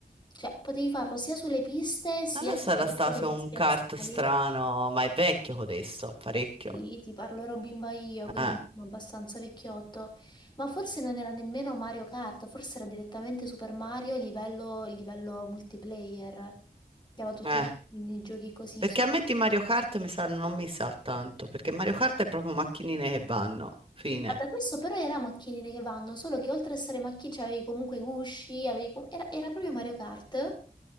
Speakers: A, on the left (about 25°); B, on the right (about 35°).
A: Cioè, potevi farlo sia sulle piste sia
B: Allora
A: tipo
B: sarà
A: dentro
B: stato
A: degli
B: un
A: spiazzali.
B: kart strano, ma è vecchio codesto, parecchio.
A: Sì, ti parlo ero bimba io, quindi
B: Eh,
A: insomma, abbastanza vecchiotto. Ma forse non era nemmeno Mario Kart, forse era direttamente Super Mario livello, livello multiplayer. Che aveva tutti
B: eh.
A: i giochi così
B: Perché
A: super.
B: a me di Mario Kart mi sa, non mi sa tanto, perché Mario Kart è proprio macchinine che vanno, fine.
A: Ah, Da questo però era macchinine che vanno, solo che oltre a essere macchine, cioè, avevi comunque gusci, avevi com- era, era proprio Mario Kart.